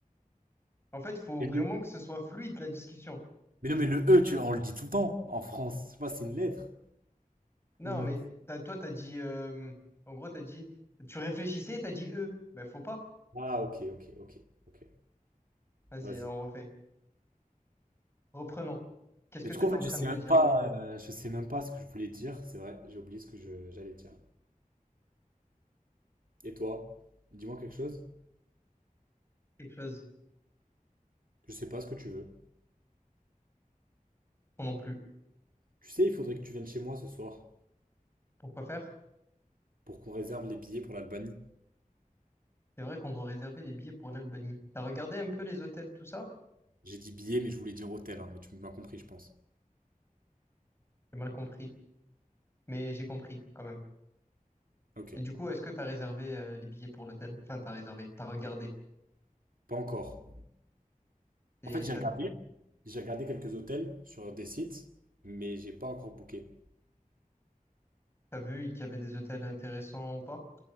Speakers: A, on the left; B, on the right.
A: En fait, faut
B: Et
A: vraiment
B: le-
A: que ce soit fluide la discussion.
B: Mais non, mais le E, tu, on le dit tout le temps en France. Je sais pas, c'est une lettre.
A: Non,
B: limite.
A: mais t'as- toi, t'as dit. euh, en gros, t'as dit. Tu réfléchissais, t'as dit eux. Ben, faut pas.
B: Ah, ok, ok, ok, ok.
A: Vas-y,
B: Vas-y.
A: euh, on refait. Reprenons. Qu'est-ce
B: Mais
A: que
B: du
A: t'étais
B: coup, en fait,
A: en train
B: je sais
A: de me
B: même
A: dire?
B: pas, euh, je sais même pas ce que je voulais dire. C'est vrai, j'ai oublié ce que je- j'allais dire. Et toi, dis-moi quelque chose.
A: Quelque chose.
B: Je sais pas ce que tu veux.
A: Non non plus.
B: Tu sais, il faudrait que tu viennes chez moi ce soir
A: Pourquoi faire?
B: pour qu'on réserve les billets pour l'Albanie.
A: C'est vrai qu'on doit réserver les billets pour l'Albanie. T'as regardé un peu les hôtels, tout ça?
B: J'ai dit billets, mais je voulais dire hôtel, hein, mais tu m'as compris, je pense.
A: J'ai mal compris. Mais j'ai compris, quand même.
B: Ok.
A: Mais du coup, est-ce que t'as réservé euh, les billets pour l'hôtel? Enfin, t'as réservé. T'as regardé.
B: Pas encore.
A: Et
B: En fait, j'ai
A: t'as
B: regardé, j'ai regardé quelques hôtels sur des sites, mais j'ai pas encore booké.
A: t'as vu qu'il y avait des hôtels intéressants ou pas?